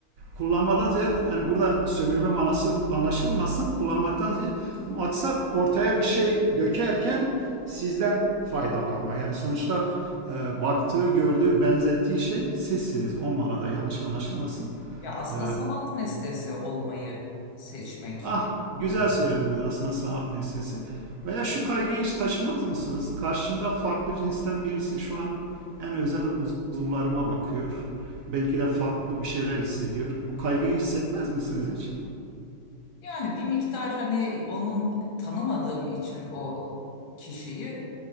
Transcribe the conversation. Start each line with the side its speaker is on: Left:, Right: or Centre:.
Right: kullanmadan ziyade yani burada sömürme manası anlaşılmasın kullanmaktan ziyade maksat ortaya bir şey dökerken sizden faydalanma yani sonuçta e, baktığı gördüğü benzettiği şey sizsiniz o manada yanlış anlaşılmasın.
Left: Ya aslında
Right: E,
Left: sanat nesnesi olmayı seçmek
Right: Ah güzel
Left: burada.
Right: söylediniz aslında sanat nesnesi. Veya şu kaygıyı hiç taşımaz mısınız? Karşımda farklı cinsten birisi şu an en özel uzuvlarıma bakıyor. Belki de farklı bir şeyler hissediyor. Bu kaygıyı hissetmez misiniz hiç?
Left: Yani bir miktar hani onun tanımadığım için o kişiyi